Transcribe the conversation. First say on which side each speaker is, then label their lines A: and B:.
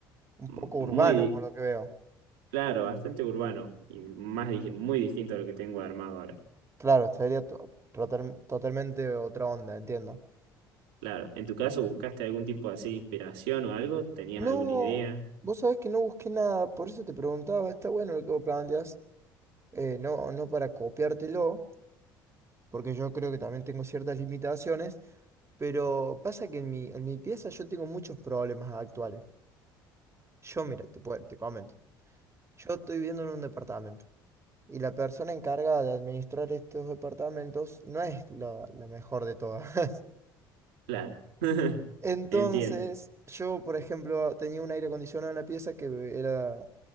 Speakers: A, on the right (about 25°); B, on the right (about 75°).
A: Un
B: m-
A: poco urbano
B: muy,
A: por lo que veo.
B: claro, bastante urbano y más, di- muy distinto a lo que tengo armado ahora.
A: Claro, estaría to- total- totalmente otra onda, entiendo.
B: Claro, ¿en tu caso buscaste algún tipo así de inspiración o algo? ¿Tenías
A: No,
B: alguna idea?
A: vos sabés que no busqué nada, por eso te preguntaba, está bueno lo que vos planteas, eh, no, no para copiártelo, porque yo creo que también tengo ciertas limitaciones, pero pasa que en mi, en mi pieza yo tengo muchos problemas actuales. Yo, mira, te, puedo- te comento, yo estoy viviendo en un departamento y la persona encargada de administrar estos departamentos no es la, la mejor de todas.
B: Claro,
A: <laughs> Entonces,
B: <laughs> entiendo.
A: yo, por ejemplo, tenía un aire acondicionado en la pieza que era